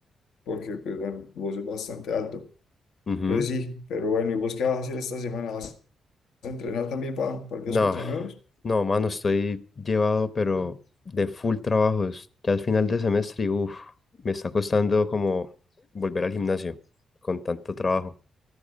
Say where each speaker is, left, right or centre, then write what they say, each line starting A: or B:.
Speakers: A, on the left; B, on the left.
A: porque pues bueno, vos es bastante alto.
B: Ujú.
A: Entonces sí, pero bueno, ¿y vos qué vas a hacer esta semana? ¿Vas a entrenar también para partidos
B: No,
A: contra nuevos?
B: no, mano, estoy llevado, pero de full trabajos. Ya al final de semestre, y uff, me está costando como volver al gimnasio con tanto trabajo.